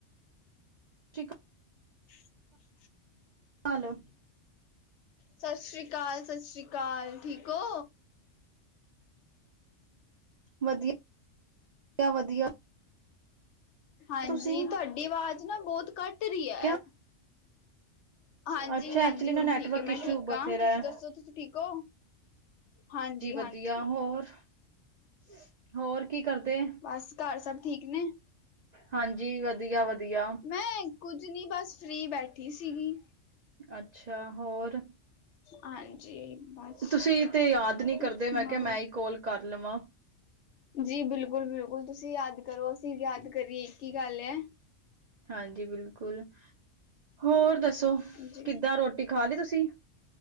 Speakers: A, on the right; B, on the left.
A: ਠੀਕ।
B: <unintelligible>
A: ਹਲੋ।
B: ਸਤਿ ਸ੍ਰੀ ਅਕਾਲ ਸਤਿ ਸ਼੍ਰੀ ਅਕਾਲ ਠੀਕ ਹੋ।
A: ਵਧੀਆ- ਵਧਆ -ਵਧੀਆ।
B: ਹਾਂਜੀ
A: ਤੁਸੀਂ
B: ਤੁਹਾਡੀ ਆਵਾਜ਼ ਨਾ ਬਹੁਤ ਘੱਟ ਰਹੀ ਹੈ।
A: ਕਿਆ
B: ਹਾਂਜੀ
A: ਅੱਛਾ
B: -ਹਾਂਜੀ
A: ਐਕਚੁਲੀ ਨਾ
B: ਹੁਣ
A: ਨੈਟਵਰਕ
B: ਠੀਕ ਹੈ
A: ਇਸ਼ੂ
B: ਮੈਂ ਠੀਕ
A: ਬਥੇਰਾ
B: ਹਾਂ ਤੁਸੀਂ
A: ਹੈ
B: ਦੱਸੋ ਤੁਸੀਂ ਠੀਕ ਹੋ। ਹਾਂਜੀ
A: ਵਧੀਆ
B: -ਹਾਂਜੀ।
A: ਹੋਰ <unintelligible> ਕੀ ਕਰਦੇ
B: ਬਸ ਘਰ ਸਭ ਠੀਕ ਨੇ।
A: ਹਾਂਜੀ ਵਧੀਆ -ਵਧੀਆ।
B: ਮੈਂ ਕੁੱਝ ਨਹੀਂ ਬਸ ਫ੍ਰਰੀ ਬੈਠੀ ਸੀਗੀ।
A: ਅੱਛਾ ਹੋਰ?
B: ਹਾਂਜੀ ਬਸ।
A: ਤੁਸੀਂ ਤੇ ਯਾਦ ਨਹੀਂ ਕਰਦੇ
B: ਤੁਸੀਂ ਸੁਣਾਓ?
A: ਮੈਂ ਕਿਹਾ ਮੈਂ ਹੀ ਕੋਾਲ ਕਰ ਲਵਾਂ।
B: ਜੀ ਬਿਲਕੁਲ- ਬਿਲਕੁਲ ਤੁਸੀਂ ਯਾਦ ਕਰੋ ਅਸੀਂ ਯਾਦ ਕਰੀਏ ਇੱਕ ਹੀ ਗੱਲ ਹੈ।
A: ਹਾਂਜੀ ਬਿਲਕੁਲ ਹੋਰ ਦੱਸੋ
B: ਜੀ
A: ਕਿੱਦਾਂ ਰੋਟੀ ਖਾ ਲਈ ਤੁਸੀਂ?